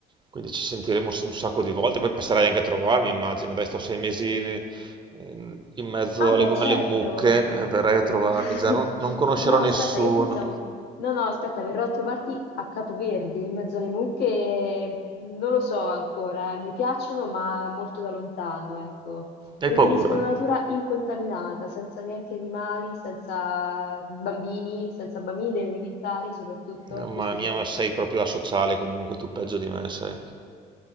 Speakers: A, on the right; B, on the left.
A: quindi ci sentiremo un sacco di volte, poi passerai anche a trovarmi, immagino, dai, sto sei mesi in, in mezzo
B: Ah
A: alle,
B: beh, certo.
A: alle mucche, eh, verrai a trovarmi,
B: <laughs>
A: già non, non conoscerò
B: No,
A: nessuno.
B: aspetta, io pensavo... No, no, aspetta, verrò a trovarti a Capoverde, in mezzo alle mucche. Non lo so ancora, eh. Mi piacciono, ma molto da lontano, ecco.
A: Hai
B: Preferisco
A: paura?
B: una natura incontaminata, senza neanche animali, senza bambini, senza bambini delle elementari, soprattutto,
A: Mamma
B: questo
A: mia,
B: sì.
A: ma sei proprio asociale comunque, tu peggio di me sei.